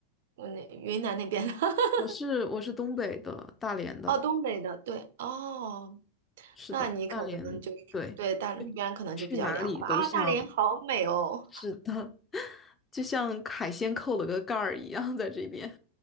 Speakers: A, on the right; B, on the left.
A: 嗯那云南那边的？<laughs>
B: 我是我是东北的，大连的，
A: 哦，东北的，对，哦，
B: 是的，
A: 那你可能就是对大那边可能就比较凉快啊。
B: 大连，对，去哪里都像，
A: 大连好美哦，
B: 是的，就像海鲜扣了个盖儿一样，在这边